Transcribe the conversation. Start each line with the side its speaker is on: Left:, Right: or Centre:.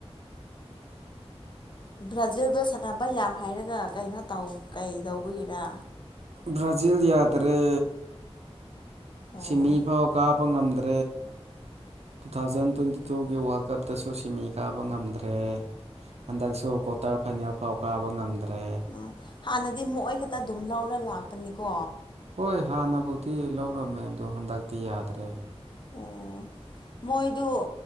Right: <inaudible>
Left: ꯕ꯭ꯔꯥꯖꯤꯜꯗꯣ ꯁꯥꯟꯅꯕ ꯌꯥꯝ ꯍꯥꯏꯔꯒ ꯀꯩꯅꯣ ꯇꯧ ꯀꯩꯗꯧꯕꯒꯤꯔ꯫
Right: ꯕ꯭ꯔꯥꯖꯤꯜ ꯌꯥꯗꯔꯦ
Left: ꯑꯣ
Right: ꯁꯤꯃꯤ ꯐꯥꯎ ꯀꯥꯕ ꯉꯝꯗ꯭ꯔ꯫ ꯇꯨ ꯊꯥꯎꯖꯟ ꯇ꯭ꯋꯦꯟꯇꯨ ꯒꯤ ꯋꯥꯔꯜ ꯀ꯫ ꯠꯇꯁꯨ ꯁꯤꯃꯤ ꯀꯥꯕ ꯉꯝꯗ꯭ꯔꯦ ꯍꯟꯗꯛꯁꯨ ꯀ꯭ꯋꯥꯇꯔ ꯐꯥꯏꯅꯦꯜ ꯐꯥꯎ ꯀꯥꯕ ꯉꯝꯗ꯭ꯔꯦ꯫
Left: ꯎꯝ ꯍꯥꯟꯅꯗꯤ ꯃꯣꯏ ꯈꯛꯇ ꯑꯗꯨꯝ ꯂꯧꯔ ꯂꯥꯛꯄꯅꯤꯀꯣ꯫
Right: ꯍꯣꯏ ꯍꯥꯟꯅꯕꯨꯗꯤ ꯂꯧꯔꯝꯃꯦ ꯑꯣ ꯍꯟꯗꯛꯇꯤ ꯌꯥꯗ꯭ꯔꯦ꯫
Left: ꯑꯣ ꯃꯣꯏꯗꯨ